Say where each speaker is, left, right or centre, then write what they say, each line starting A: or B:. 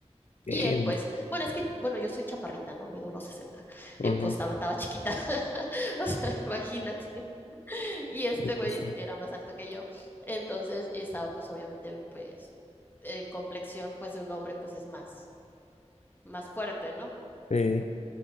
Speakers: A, on the left; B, on the left.
A: bien,
B: Y él, pues, bueno, es que, bueno, yo soy chaparrita, ¿no? Mido unos 60
A: ajá,
B: y pues estaba, estaba chiquita, <laughs> o sea, imagínate. <laughs> Y
A: sí,
B: este güey
A: pues
B: es-
A: sí,
B: era más alto que yo, entonces estaba pues obviamente pues en complexión pues de un hombre pues es más, más fuerte, ¿no?
A: sí,